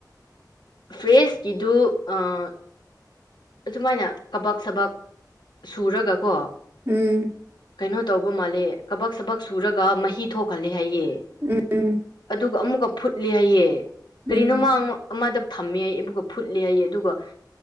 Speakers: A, on the left (about 85°); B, on the right (about 30°).
A: ꯐ꯭ꯔꯦꯁꯀꯤꯗꯨ ꯑꯥ ꯑꯗꯨꯃꯥꯏꯅ ꯀꯕꯛ ꯁꯕꯛ ꯁꯨꯔꯒ ꯀꯣ
B: ꯎꯝ
A: ꯀꯩꯅꯣ ꯇꯧꯕ ꯃꯥꯜꯂꯦ ꯀꯕꯛ ꯁꯕꯛ ꯁꯨꯔꯒ ꯃꯍꯤ ꯊꯣꯛꯍꯜꯂꯦ ꯍꯥꯏꯌꯦ
B: ꯎꯝ ꯎꯝ
A: ꯑꯗꯨꯒ ꯑꯃꯨꯛꯀ ꯐꯨꯠꯂꯦ ꯍꯥꯏꯌꯦ
B: ꯎꯝ
A: ꯀꯔꯤꯅꯣ ꯃꯥꯡ ꯑꯃꯗ ꯊꯝꯃꯦ ꯍꯥꯏ ꯑꯗꯨꯒ ꯐꯨꯠꯂ‌ꯦ ꯍꯥꯏꯌꯦ ꯑꯗꯨꯒ